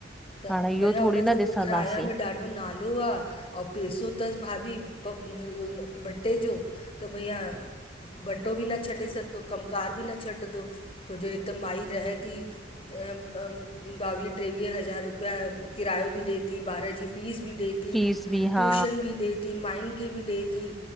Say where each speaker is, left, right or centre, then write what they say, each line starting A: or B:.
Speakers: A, on the left; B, in the centre.
A: त
B: हाणे इहो
A: भैया
B: थोरी
A: हुनजो
B: न ॾिसंदासीं
A: पुखराया में ॾा ढो नालो आ ऐं पैसो थसि भाभी भ भटे जो त भैया भटो बि न छॾे सघदो, कमकार बि न छॾदो छो जे हिकु माई रह थी ॿावीह, टेवीह हज़ार रुपिया किरायो बि ॾिए थी ॿार जी फीस बि ॾिए थी
B: फीस बि
A: ट्यूशन
B: हा
A: बि ॾे थी मायुनि खे बि ॾे थी